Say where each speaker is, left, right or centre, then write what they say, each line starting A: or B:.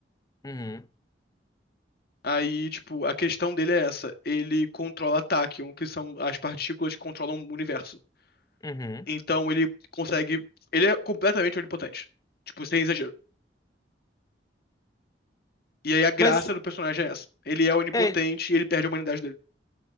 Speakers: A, on the left (about 20°); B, on the left (about 60°).
A: Uhum,
B: Aí, tipo, a questão dele é essa. Ele controla Tachyon, que são as partículas que controlam o universo.
A: uhum.
B: Então ele consegue. Ele é completamente onipotente. Tipo, sem exagero. E aí a graça
A: Mas,
B: do personagem é essa. Ele é onipotente
A: é,
B: e ele perde a humanidade dele.